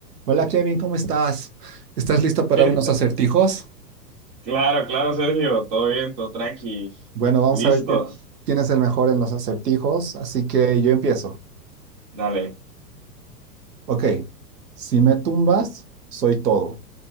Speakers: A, on the right; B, on the right.
A: Hola Kevin, ¿cómo estás? ¿Estás listo para
B: ¿Qué
A: unos
B: tal?
A: acertijos?
B: Claro, claro, Sergio, todo bien, todo tranqui.
A: Bueno, vamos
B: ¿Listos?
A: a ver quién, quién es el mejor en los acertijos, así que yo empiezo.
B: Dale.
A: Ok, si me tumbas, soy todo.